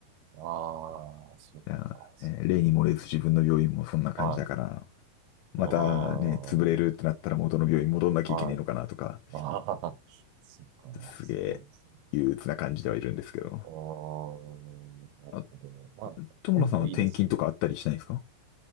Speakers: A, on the right; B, on the left.
A: い。ああ、そっか。
B: だからね例に漏れず自分の病院もそんな感じだから、
A: そうなんだ。はい。
B: またね、
A: うーん。
B: 潰れるってなったら元の病院戻んなきゃいけねえのかなとか、
A: はい。<laughs> ああ、そっか。
B: すげえ憂鬱な感じではいるんですけど。
A: そうなんですね。うーん。なるほどね。
B: あ、
A: まあ、
B: 友野さんは転勤とかあったりしないんですか
A: でもいいですね。